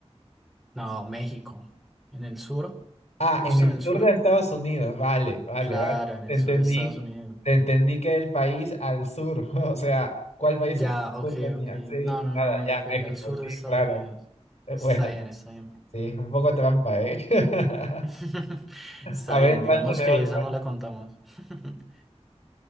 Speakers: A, in the centre; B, on the left (about 85°).
A: No, México. ¿En el sur?
B: Ah,
A: ¿Justo
B: en el
A: en el sur?
B: sur de Estados Unidos, vale, vale,
A: Claro,
B: vale.
A: en el
B: Te entendí,
A: sur de Estados Unidos.
B: te entendí que el país al sur, <laughs> o sea, ¿cuál país
A: Ya,
B: en el
A: ok,
B: sur tenía?
A: ok.
B: Sí,
A: No, no,
B: nada,
A: no, me
B: ya,
A: refería
B: México,
A: al sur
B: sí,
A: de Estados
B: claro.
A: Unidos.
B: Eh, Bueno,
A: Está bien, está bien.
B: sí, un poco trampa, ¿eh? <laughs>
A: <laughs> Está
B: A ver,
A: bien, digamos
B: lánzame
A: que
B: otra.
A: esa no la contamos. <laughs>